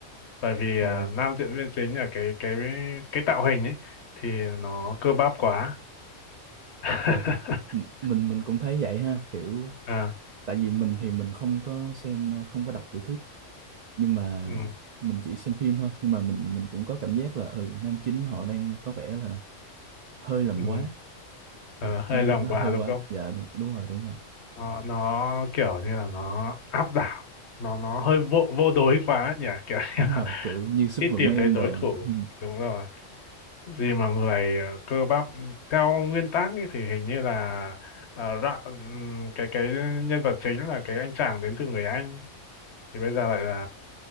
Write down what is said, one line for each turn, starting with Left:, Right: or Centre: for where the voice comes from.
Left: bởi vì
Right: ồ
Left: à, nam diễn viên chính ở cái cái cái tạo hình ấy thì nó cơ bắp quá <laughs>
Right: ồ th- m- mình mình cũng thấy vậy ha kiểu
Left: à,
Right: tại vì mình thì mình không có xem ờ, không có đọc tiểu thuyết nhưng mà
Left: ừ,
Right: mình chỉ xem phim thôi nhưng mà mình mình cũng có cảm giác là ừ nam chính họ đang có vẻ là hơi làm
Left: ừ,
Right: quá
Left: ờ,
Right: à
Left: hơi
Right: nó
Left: lòng
Right: hơi- nó
Left: quá
Right: hơi
Left: đúng
Right: quá
Left: không
Right: dạ đúng đúng rồi đúng rồi
Left: nó nó kiểu như là nó áp đảo nó nó hơi vô vô đối quá ấy nhỉ kiểu
Right: đúng
Left: như là
Right: rồi kiểu
Left: <laughs>
Right: như Superman
Left: ít tìm thấy đối
Right: đồ
Left: thủ
Right: ừ.
Left: đúng rồi gì mà người ờ, cơ bắp theo nguyên tắc ấy, thì hình như là ờ, ra- ừm, cái cái nhân vật chính là cái anh chàng đến từ người Anh thì bây giờ lại là